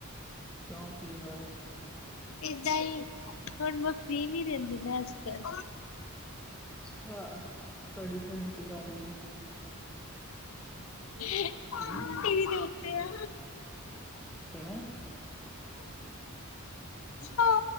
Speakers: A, in the centre; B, on the left.
A: ਕਿਉਂ ਕੀ ਹੋਇਆ
B: ਏਦਾਂ ਈ, ਹੁਣ ਮੈਂ ਫ੍ਰੀ ਨੀ ਰਹਿੰਦੀ ਨਾ, ਅੱਜ-ਕੱਲ।
A: ਅੱਛਾ, ਤੂਹਾਡੀ ਭੈਣ ਕੀ ਕਰ ਰਹੀ?
B: ਟੀਵੀ
A: ਹਮ
B: ਦੇ ਆ।
A: ਕਿਵੇਂ?
B: ਹਾਂ